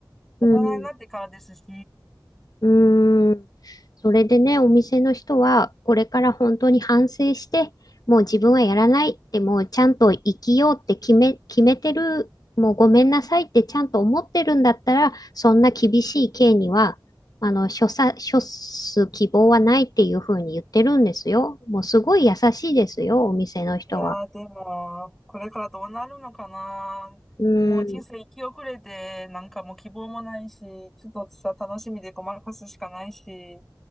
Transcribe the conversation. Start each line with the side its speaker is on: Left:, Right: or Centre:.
Left: うん、
Centre: 大人になってからですし、
Left: うーん。それでね、お店の人は、これから本当に反省して、もう自分はやらないって、もうちゃんと生きようって決め、決めてる、もうごめんなさいってちゃんと思ってるんだったら、そんな厳しい刑には、あの、処さ、処す希望はないっていうふうに言ってるんですよ。もうすごい優しいですよ、お店の人は。
Centre: いやー、でも、これからどうなるのかな。
Left: うーん。
Centre: もう人生生き遅れて、なんかもう希望もないし、ちょっとさ、楽しみでごまかすしかないし、